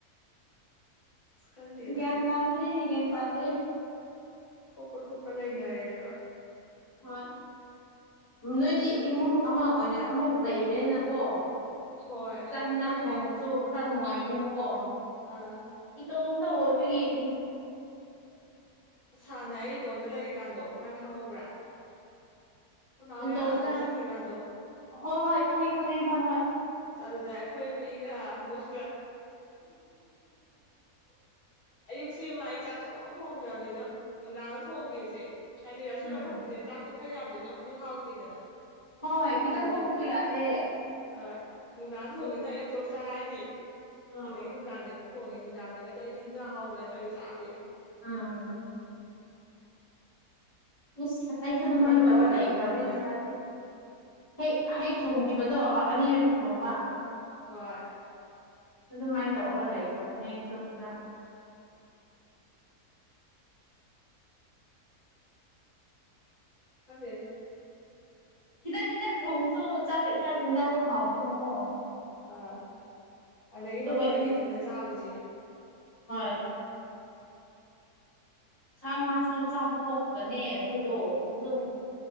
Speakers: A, on the left; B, on the left.
A: ꯑꯁ ꯈꯪꯗꯦꯗ
B: ꯒꯤ ꯌꯥ ꯇꯗꯔꯤ ꯍꯒ ꯇꯥꯇ꯭ꯔꯤ
A: ꯊꯣꯛꯄ ꯊꯣꯛꯄ ꯂꯩꯅꯔꯦꯔ
B: ꯍꯣꯏ ꯅꯣꯏꯗꯤ ꯏꯃꯨꯡ ꯑꯃ ꯑꯣꯏꯅ ꯑꯃꯨꯛ ꯂꯩꯕꯅꯤꯅꯀꯣ
A: ꯍꯣꯏ
B: ꯆꯥꯛ ꯌꯦꯟꯁꯥꯡ
A: ꯈꯔ ꯐꯩ
B: ꯊꯣꯡꯕꯁꯨ ꯈꯔ ꯅꯨꯡꯉꯥꯏꯕꯅꯦꯕꯀꯣ
A: ꯑꯥ
B: ꯇꯣꯝꯗ ꯍꯧꯔꯕꯤ ꯀ
A: ꯁꯥꯅꯦ ꯑꯩ ꯏꯇꯣꯝꯗ ꯂꯩꯔꯤꯀꯥꯟꯗꯣ ꯅꯪ ꯈꯪꯍꯧꯕ꯭ꯔꯥ ꯑꯩꯈꯣꯏ ꯃꯥ ꯍꯣꯏ
B: ꯇꯣꯝꯀ
A: ꯑꯥꯗ ꯆꯠꯈ꯭ꯔꯤꯀꯥꯟꯗꯣ
B: ꯍꯣꯏ ꯍꯣꯏ ꯈꯪꯉꯦ ꯈꯪꯉꯦ ꯍꯣꯏ ꯍꯣꯏ
A: ꯑꯗꯨꯗ ꯑꯩꯈꯣꯏ ꯍꯨꯏꯒ ꯍꯪꯗꯣꯛ ꯑꯌꯨꯛ ꯁꯤ ꯋꯥꯏ ꯆꯥꯛꯁꯨ ꯂꯣꯡ ꯊꯣꯡꯗ꯭ꯔꯕꯅꯤꯗꯣ ꯅꯨꯡꯗꯥꯡ ꯊꯣꯡꯈꯤꯕꯁꯦ ꯍꯥꯏꯗꯤ ꯔꯁ ꯁꯨꯒꯔ
B: ꯎꯝ
A: ꯊꯣꯡꯕꯁꯦ ꯆꯥꯛ ꯇꯣ ꯈꯔ ꯌꯥꯝꯗ꯭ꯔꯗꯤꯦ ꯑꯃꯨꯛꯁꯨ ꯍꯥꯎꯇꯦꯗꯅ
B: ꯍꯣꯏ ꯈꯤꯇꯪ
A: ꯑꯗꯨꯅꯦ
B: ꯊꯣꯡꯁꯨ ꯌꯥꯗꯦ
A: ꯑꯥ ꯅꯨꯡꯗꯥꯡ ꯊꯣꯝꯁꯤꯅ
B: ꯎꯝ
A: ꯑꯌꯨꯛꯛꯇ ꯆꯥꯔꯅꯤ
B: ꯎꯝ
A: ꯑꯗꯒꯤ ꯅꯨꯡꯗꯥꯡꯗꯗꯤ ꯊꯣꯡꯉꯦ ꯅꯨꯡꯗꯥꯡꯗꯒꯗꯤ ꯑꯩꯗꯤ ꯍꯤꯟꯖꯥꯡ ꯍꯥꯎꯕ ꯅꯠꯇ꯭ꯔꯗꯤ ꯆꯥꯗꯦ
B: ꯑꯥ <inaudible> ꯑꯩꯁꯨ ꯑꯗꯨꯃꯥꯏꯅ
A: ꯑꯃꯔꯣꯝꯗꯗꯤ
B: ꯇꯧꯔ ꯂꯩꯈ꯭ꯔꯕꯅꯦ
A: ꯅꯨꯡꯕꯨ ꯅꯨꯡꯉꯥꯏ
B: ꯆ ꯍꯦꯛ ꯍꯦꯛ ꯊꯣꯡꯈꯤꯕꯗꯣ ꯑꯅꯤꯔꯛꯀꯤ ꯊꯣꯡꯕ
A: ꯑꯣ
B: ꯑꯗꯨꯃꯥꯏꯅ ꯇꯧꯔꯒ ꯂꯩꯈꯕꯅꯦ ꯑꯩꯁꯨꯣꯃꯤꯗ <inaudible>
A: ꯀꯪꯗꯔ
B: ꯈꯤꯇꯪ ꯈꯤꯇꯪ ꯊꯣꯡꯁꯨ ꯆꯥꯛ ꯆꯥꯛ ꯌꯦꯟꯖꯥꯡꯁꯨ ꯍꯥꯎꯗꯣꯏꯅꯀꯣ
A: ꯑꯥ ꯑꯗꯒꯤ
B: ꯑꯗꯨꯒ
A: ꯃꯔꯨ ꯑꯣꯏꯅ
B: ꯍꯤꯟ
A: ꯏꯊꯟꯗ ꯆꯥꯕꯁꯦ
B: <unintelligible> ꯁꯥ ꯉꯥꯁꯨ ꯆꯥꯕ ꯄꯣꯛꯄꯅꯦ ꯑꯗꯨꯗꯣ ꯑꯗꯨꯝ